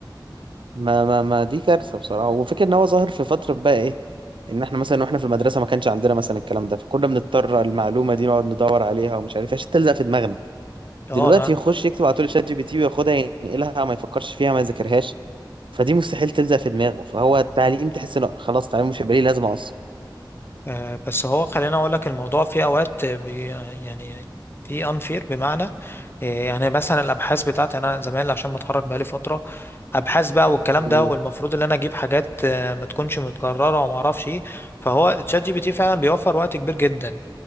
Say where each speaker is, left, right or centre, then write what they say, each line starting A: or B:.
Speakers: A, on the right; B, on the left.
A: ما ما ما دي كارثه بصراحه وفكره ان هو ظاهر في فتره بقى ايه ان احنا مثلا واحنا في المدرسه ما كانش عندنا مثلا الكلام ده فكنا بنضطر المعلومه دي نقعد ندور عليها ومش عارف إيه عشان تلزق في دماغنا
B: اه
A: دلوقتي يخش يكتب على طول شات جي بي تي وياخدها ينقلها ما يفكرش فيها ما يذاكرهاش فدي مستحيل تلزق في دماغه فهو التعليم تحس انه خلاص التعليم مش هيبقى ليه لازمه اصلا
B: آه، بس هو خليني اقول لك الموضوع في اوقات بي يعني في انفير بمعنى آه، يعني مثلا الابحاث بتاعتي يعني انا زمان عشان متخرج بقالي فتره ابحاث بقى والكلام
A: مم.
B: ده والمفروض ان انا اجيب حاجات آه، ما تكونش متكرره وما اعرفش ايه فهو تشات جي بي تي فعلا بيوفر وقت كبير جدا